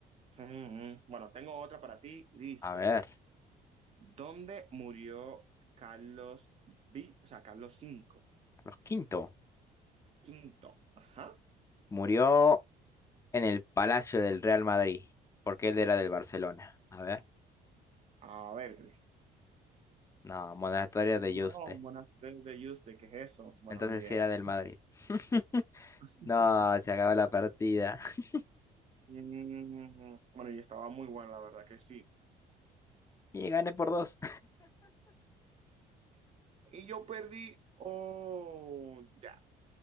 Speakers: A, on the right (about 35°); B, on the left (about 15°).
A: mm, bueno, tengo otra para ti. Dice,
B: A ver,
A: ¿dónde murió Carlos V? O sea, Carlos cinco
B: Carlos quinto.
A: quinto. Ajá.
B: murió en el Palacio del Real Madrid, porque él era del Barcelona. A ver,
A: A ver.
B: no, monasterio
A: No,
B: de Yuste.
A: buenas tardes de Yuste, ¿qué es eso? Bueno,
B: Entonces
A: ni idea.
B: sí era del Madrid. <laughs>
A: <laughs>
B: No, se acabó la partida. <laughs>
A: Mm, bueno, y estaba muy buena, la verdad que sí.
B: Y gané por dos.
A: Y yo perdí. Oh, ya.